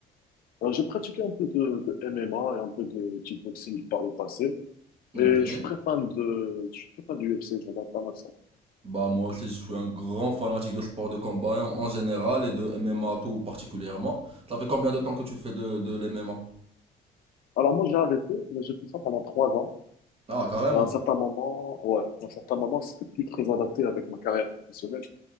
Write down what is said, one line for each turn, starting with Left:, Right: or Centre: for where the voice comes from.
Left: Euh, j'ai pratiqué un peu de, de MMA et un peu de kickboxing par le passé.
Right: Ok.
Left: Et je suis très fan de, je suis très fan du UFC, je regarde pas mal ça.
Right: Bah, moi aussi, je suis un grand fanatique de sports de combat en, en général et de MMA tout particulièrement. Ça fait combien de temps que tu fais de, de l'MMA?
Left: Alors moi, j'ai arrêté, mais j'ai fait ça pendant trois ans.
Right: Ah, carrément.
Left: Et à un certain moment, ouais, à un certain moment, c'était plus très adapté avec ma carrière professionnelle